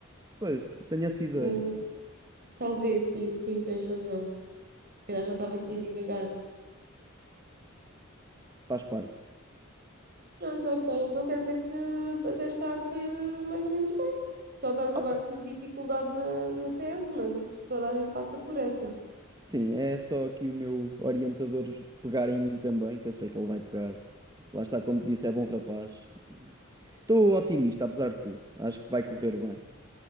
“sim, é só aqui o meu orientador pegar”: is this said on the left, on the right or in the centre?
Right